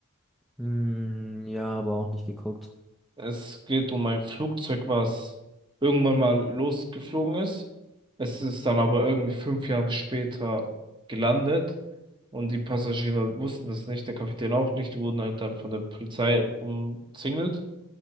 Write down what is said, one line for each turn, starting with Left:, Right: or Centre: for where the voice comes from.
Centre: Hm, ja, aber auch nicht geguckt.
Right: Es geht um ein Flugzeug, was irgendwann mal losgeflogen ist. Es ist dann aber irgendwie fünf Jahre später gelandet und die Passagiere wussten das nicht, der Kapitän auch nicht, die wurden halt dann von der Polizei umzingelt